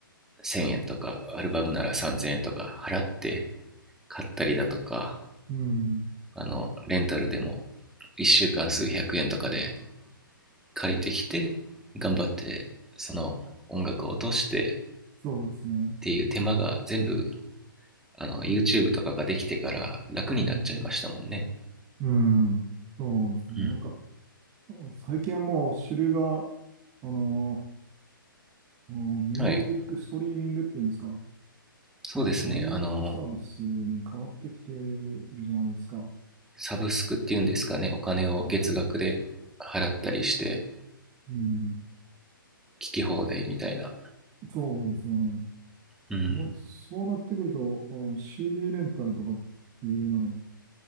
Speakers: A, in the centre; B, on the right.
A: 1000円とか、アルバムなら3000円とか払って買ったりだとか、
B: うん、
A: あの、レンタルでも1週間数百円とかで借りてきて、頑張って、その音楽を落として
B: そうですね。
A: っていう手間が全部、あの、YouTube とかができてから楽になっちゃいましたもんね。
B: うん、うん、そうですね。
A: うん。
B: なんか、最近はもう主流が、あの、もうミュージックストリーミングっていうんですか、
A: はい、そうですね。
B: ストリーミングサービスに変わってきているじゃないですか。
A: あの、サブスクっていうんですかね。お金を月額で払ったりして、
B: うん、
A: 聞き放題みたいな。
B: そうですよね。
A: うん。
B: もうそうなってくると、あの CD レンタルとかっていうのを